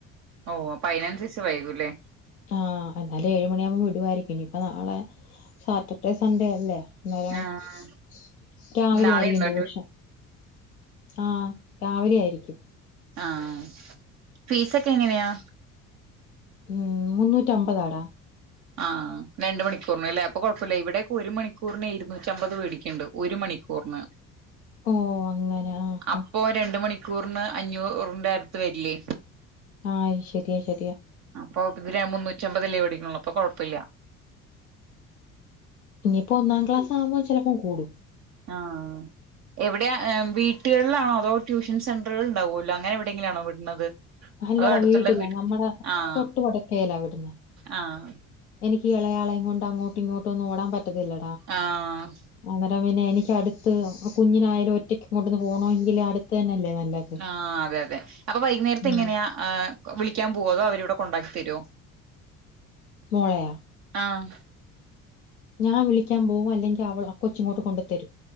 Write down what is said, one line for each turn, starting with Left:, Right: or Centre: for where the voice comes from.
Right: ഓ അപ്പയിനനുസരിച്ച് വൈകൂല്ലേ
Left: ആഹ് എന്നാലും ഏയ് മണിയാമ്പോ വിടുവായിരിക്കും. ഇനി ഇപ്പോ നാളെ സാറ്റർഡേ സൺഡേ അല്ലേ <unintelligible>
Right: ആഹ്
Left: രാവിലെ
Right: നാളെ
Left: ആയിരിക്കും
Right: ഉണ്ടോ
Left: ട്യൂഷൻ ആഹ് രാവിലെ ആയിരിക്കും
Right: ആഹ് ആഹ് ഫീസ് ഒക്കെ എങ്ങനേയാ?
Left: ഉം മുന്നൂറ്റി അമ്പതാടാ
Right: ആ രണ്ട് മണിക്കൂറിന അല്ലേ അപ്പൊ കുഴപ്പമില്ല ഇവിടെക്കെ ഒരു മണിക്കൂറിന് ഇരുന്നൂറ്റമ്പത് മെടിക്കുണ്ട് ഒരു മണിക്കൂറിന്
Left: ഓ അങ്ങനെ ആഹ്
Right: അപ്പൊ
Left: ആ
Right: രണ്ട് മണിക്കൂറിന് അഞ്ഞൂറിന്റെ അടുത്ത് വരില്ലേ
Left: ആഹ് അയ്ശര്യാ ശര്യാ
Right: അപ്പോ ഇവിര് മുന്നൂറ്റി അമ്പതല്ലേ വേടിക്കണുള്ളു അപ്പോ കൊഴപ്പല്ല്യ
Left: ഇനിയിപ്പോ ഒന്നാംക്ലാസ് ആകുമ്പോ ചിലപ്പോ കൂടും
Right: ആഹ് എവിടെയാ വീട്ടുകളിലാണോ അതോ ട്യൂഷൻ സെന്ററ്കൾ ഉണ്ടാവുമല്ലോ അങ്ങനെ എവിടെങ്കിലാണോ വിടുന്നത്
Left: അല്ലടാ
Right: അതോ അടുത്തുള്ള
Left: വീട്ടിലാ
Right: വീട്
Left: നമ്മടെ
Right: ആഹ്
Left: തൊട്ട് പട്ക്കേലാ വിടുന്നേ
Right: ആഹ്
Left: എനിക്ക് ഈ എളയാളേം കൊണ്ട് അങ്ങോട്ടും ഇങ്ങോട്ടൊന്നും ഓടാൻ പറ്റത്തില്ല
Right: ആഹ്
Left: അന്നേരം പിന്നെ എനിക്ക് അടുത്ത് <unintelligible> കുഞ്ഞിന ആയാലും ഒറ്റയ്ക്ക് എങ്ങോന്ന് പോണ എങ്കില് അടുത്ത് തന്നെല്ലേ നല്ലത്
Right: ആഹ് അതേയതെ അപ്പോ വൈകുന്നേരത്തെങ്ങനെയാ?
Left: ഉം
Right: അഹ് വിളിക്കാൻ പൂവ്വോ അതോ അവരിവിടെ കൊണ്ടാക്കി തര്വോ
Left: മോളെയാ
Right: ആഹ്
Left: ഞാൻ വിളിക്കാൻ പോകും അല്ലെങ്കി അവൾ ആ കൊച്ചിങ്ങോട്ട് കൊണ്ടുത്തരും